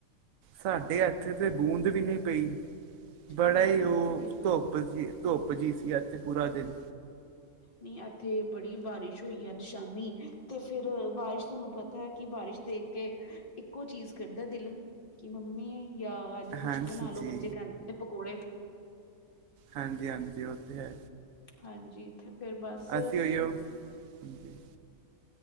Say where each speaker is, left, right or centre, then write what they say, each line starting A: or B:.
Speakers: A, on the right (about 75°); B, on the left (about 40°).
A: ਸਾਡੇ ਹੱਥ ਤੇ ਬੂੰਦ ਵੀ ਨਹੀਂ ਪਈ ਬੜਾ
B: ਨਹੀਂ ਨਹੀਂ
A: ਉਹ
B: ਇੱਥੇ
A: ਧੁੱਪ ਜ ਸੀ ਇੱਥੇ ਪੂਰਾ ਦਿਨ
B: ਨੀ ਇੱਥੇ ਬੜੀ ਬਾਰਿਸ਼ ਹੋਈ ਐ ਅੱਜ ਸ਼ਾਮੀ ਤੇ ਫੇਰ ਬਾਰਿਸ਼ ਤੁਹਾਨੂੰ ਪਤਾ ਐ ਕਿ ਬਾਰਿਸ਼ ਦੇਖ ਕੇ, ਇੱਕੋ ਚੀਜ਼ ਕਰਦਾ ਦਿਲ ਕਿ ਮੰਮੀ ਜਾਂ ਅੱਜ ਕੁਛ
A: ਹਾਂਜੀ
B: ਬਣਾ ਲੋ
A: ਜੀ,
B: ਬੱਚੇ ਕਹਿੰਦੇ ਪਕੌੜੇ
A: ਹਾਂਜੀ ਹਾਂਜੀ, ਉਹ ਤੇ ਹੈ।
B: ਹਾਂਜੀ, ਥੇ ਫੇਰ ਬਸ
A: ਅਸੀਂ ਉਹੀਓ ਹਾਂਜੀ ਹਾਂਜੀ,